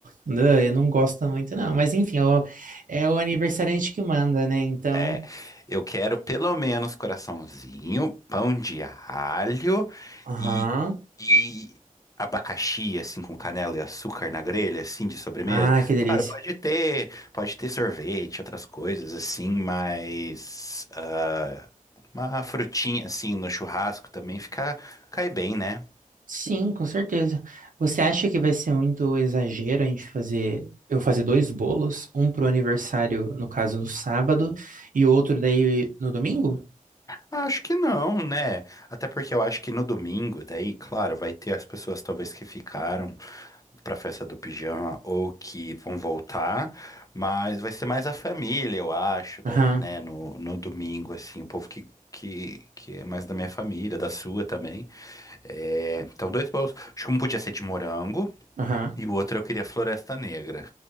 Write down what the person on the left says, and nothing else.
É, eu quero pelo menos coraçãozinho, pão de alho
e, e abacaxi, assim, com canela e açúcar na grelha, assim, de sobremesa.
Claro, pode ter, pode ter sorvete, outras coisas, assim, mas ah, uma frutinha, assim, no churrasco também fica, cai bem, né?
Acho que não, né? Até porque eu acho que no domingo, daí, claro, vai ter as pessoas talvez que ficaram pra festa do pijama ou que vão voltar, mas vai ser mais a família, eu acho, daí,
né? No, no domingo, assim, o povo que, que, que é mais da minha família, da sua também. É, então, dois bolos. Acho que um podia ser de morango
e o outro eu queria Floresta Negra.